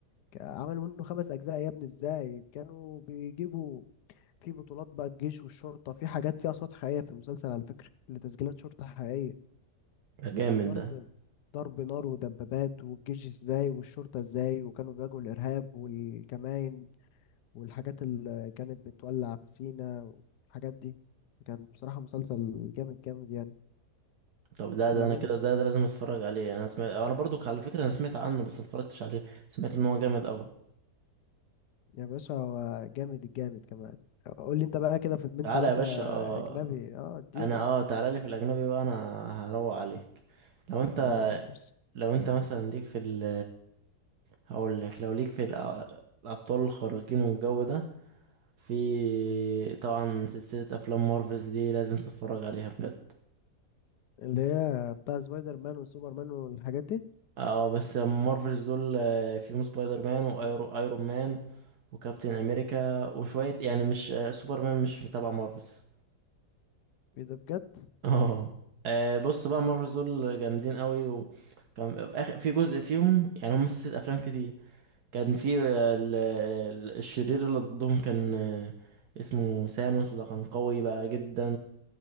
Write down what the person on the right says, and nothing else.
ده جامد
ده
طب ده ده
انا كده
ده, ده لازم اتفرج عليه انا سمعت انا برضو على فكره انا سمعت عنه بس ما اتفرجتش عليه سمعت ان هو جامد قوي
تعالى
يا باشا اه
انا اه تعالى لي في الاجنبي بقى انا هروق عليك لو انت
لو انت مثلا ليك في ال هقول لك لو ليك في الأ- الابطال الخارقين والجو ده في طبعا سلسله افلام مارفلز دي لازم تتفرج عليها بجد
اه بس مارفلز دول آه، فيهم سبايدر مان وايرون ايرون مان وكابتن امريكا وشويه يعني مش آه، سوبرمان مش تبع مارفلز
<laughs> اه آه، بص بقى مارفلز دول جامدين قوي وكان في آخر- في جزء فيهم يعني هم سلسله افلام كتير كان في آه، ال- ال- الشرير اللي ضدهم كان آه، اسمه ثانوس وده كان قوي بقى جدا